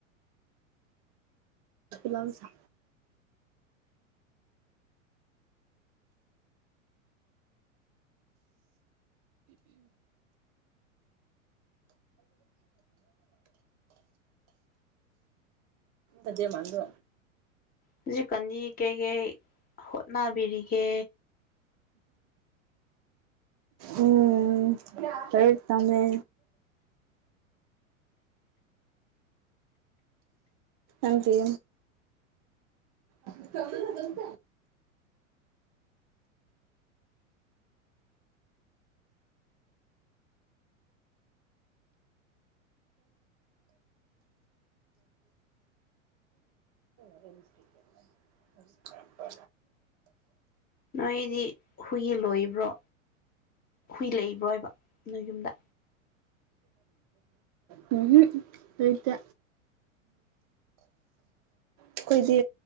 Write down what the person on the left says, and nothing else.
ꯍꯧꯖꯤꯛꯀꯅꯤ ꯀꯩꯀꯩ ꯍꯣꯠꯅꯕꯤꯔꯤꯒꯦ
ꯅꯣꯏꯗꯤ ꯍꯨꯏ ꯂꯣꯏꯕ꯭ꯔꯣ ꯍꯨꯏ ꯂꯩꯕ꯭ꯔꯣꯏꯕ ꯅꯣꯏ ꯌꯨꯝꯗ